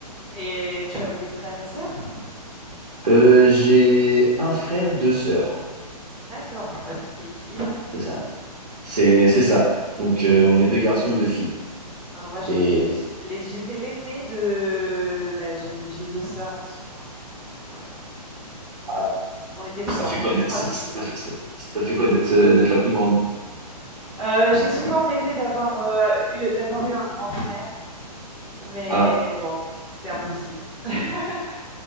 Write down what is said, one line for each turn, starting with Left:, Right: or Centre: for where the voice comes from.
Centre: Et tu as des frères et sœurs?
Right: Euh, j'ai un frère, deux sœurs.
Centre: D'accord, bah, c'était équilibré.
Right: C'est ça. C'est c'est ça. Donc euh, on est deux garçons, deux filles.
Centre: Alors moi j'étais
Right: Et
Centre: j'ai- les- j'étais l'aînée de bah, j'avais- j'ai deux sœurs en dessous de moi. Ouais.
Right: ah,
Centre: On était trois,
Right: ça fait quoi d'être
Centre: trois
Right: ça
Centre: filles.
Right: fait, ça- ça fait quoi d'être euh, d'être la plus grande?
Centre: Euh, j'ai souvent rêvé d'avoir euh, eu, d'avoir eu un grand frère, mais
Right: Ah
Centre: bon, c'était impossible. <laughs>